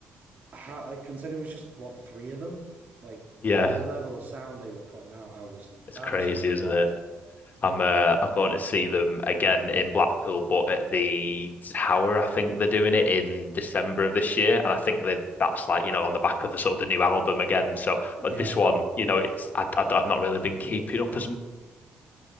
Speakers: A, on the right; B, on the left.
A: how, I consider it was just what three of them. Like
B: Yeah.
A: the level of sound they were putting out, I was
B: It's
A: absolutely
B: crazy,
A: rocked.
B: isn't it? I'm uh, I'm going to see them again in Blackpool, but at the Tower, I think they're doing it in December of this year, and I think they that's like you know on the back of the sort of the new album again. So,
A: Yeah,
B: but this one, you know, it's I, I, I've not really been keeping up as